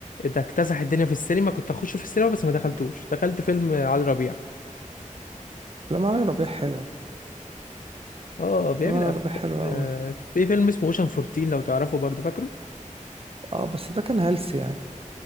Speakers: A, on the left (about 80°); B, on the right (about 45°).
A: ده اكتسح الدنيا في السينما كنت اخشه في السينما بس ما دخلتوش دخلت فيلم علي ربيع
B: أفلام علي ربيع حلوة
A: اه بيعمل
B: أفلام علي
A: أف-
B: ربيع حلوة
A: آه،
B: أوي
A: في فيلم اسمه اوشن 14 لو تعرفه برضو فاكره
B: اه بس ده كان هلس يعني